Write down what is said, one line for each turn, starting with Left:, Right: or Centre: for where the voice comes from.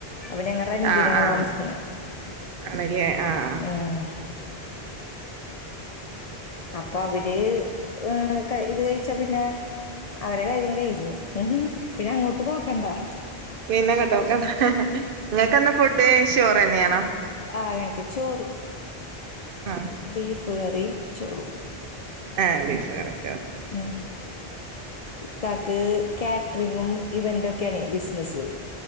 Left: അപ്പൊ ഞങ്ങ റെന്റീനാണ്
Right: ആഹ് ആഹ്
Left: താമസിക്ക്ണേ
Right: ആണല്ലേ ആഹ്
Left: ഉം അപ്പൊ അവര് ഹ് ഇത് കഴി ച്ച പിന്നെ അവരെ കാര്യം കഴിഞ്ഞ് പിന്നെ അങ്ങോട്ട് നോക്കണ്ടാ
Right: പിന്നെ അങ്ങാട്ടോക്കണ്ട നിങ്ങക്ക്ന്ത ഫുഡ് ചോർ തന്നെയാണോ
Left: ആ ഞനക്ക് ചോറ്
Right: ആഹ്
Left: ബീഫ് കറിയും ചോറും
Right: ആഹ് ബീഫ് കറിം ചോറും
Left: ഉം ഇക്കാക്ക് കാറ്ററിങ്ങും ഇവൻ്റെക്കെ ആണേ ബിസിനസ്